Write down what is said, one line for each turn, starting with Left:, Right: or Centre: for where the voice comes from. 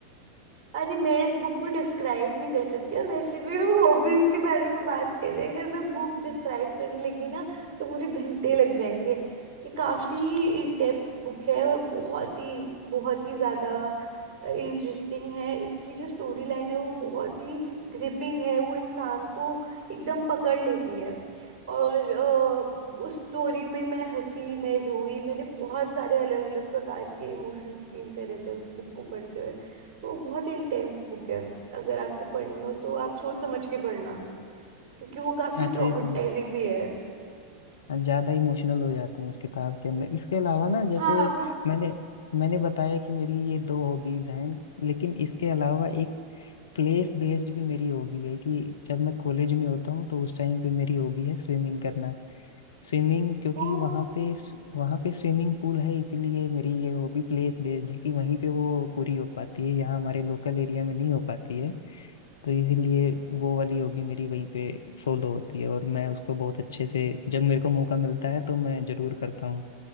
Right: अरे मैं इस बुक को डिस्क्राइब नहीं कर सकती और वैसे भी हम हॉबीज के बारे में बात कर रहे हैं अगर मैं बुक डिस्क्राइब करने लगी ना तो मुझे घंटे लग जाएंगे ये काफी इन डेप्थ बुक है और बहुत ही बहुत ही ज्यादा इंटरेस्टिंग है इसकी जो स्टोरी लाइन है वो बहुत ही ग्रिपिंग है वो इंसान को एकदम पकड़ लेती है और अ, उस स्टोरी में मैं हंसी मैं रोई मैंने बहुत सारे अलग अलग प्रकार के इमोशंस फील करे थे उस बुक को पढ़ते हुए तो बहुत इंटेंस बुक है अगर आपको पढ़नी हो तो आप सोच समझ के पढ़ना क्योंकि वो काफी
Left: अच्छा
Right: ट्रॉमेटाइजिंग
Left: इसमें
Right: भी है
Left: ज्यादा इमोशनल हो जाते हैं उस किताब के अंदर इसके अलावा ना जैसे
Right: हाँ वो
Left: मैंने मैंने बताया कि मेरी ये दो हॉबीज हैं लेकिन इसके अलावा एक प्लेस बेस्ड भी मेरी हॉबी है कि जब मैं कॉलेज में होता हूँ तो उस टाइम पे मेरी हॉबी है स्विमिंग करना स्विमिंग क्योंकि
Right: तो
Left: वहाँ पे वहाँ पे स्विमिंग पूल है इसीलिए मेरी ये वो भी प्लेस बेस्ड है कि वहीं पे वो पूरी हो पाती है यहाँ हमारे लोकल एरिया में नहीं हो पाती है तो इसीलिए वो वाली हॉबी मेरी वहीं पे फॉलो होती है और मैं उसको बहुत अच्छे से जब मेरे को मौका मिलता है तो मैं जरूर करता हूँ